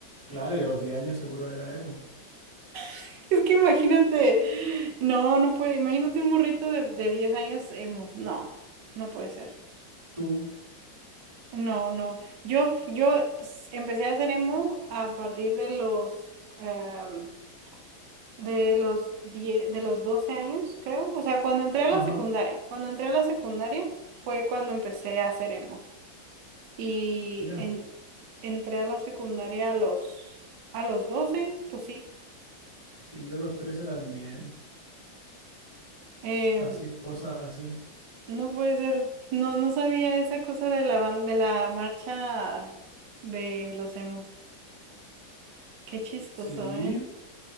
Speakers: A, on the right; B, on the right.
A: Claro, y a los 10 años seguro era emo.
B: <laughs> Es que imagínate, no, no puede, imagínate un morrito de, de 10 años emo, no, no puede ser.
A: Tú.
B: No, no, yo, f- yo s- empecé a hacer emo a partir de los em, de los 10, de los 12 años, creo. O sea, cuando entré a
A: Ajá.
B: la secundaria, cuando entré a la secundaria fue cuando empecé a hacer emo. Y
A: Mira.
B: en, entré a la secundaria a los, a los doce pues sí.
A: Sí, yo a los 13 también.
B: Em,
A: Hacía cosas así.
B: no puede ser, no, no sabía esa cosa de la, ban- de la marcha de los emos. Qué chistoso,
A: Sí.
B: ¿eh?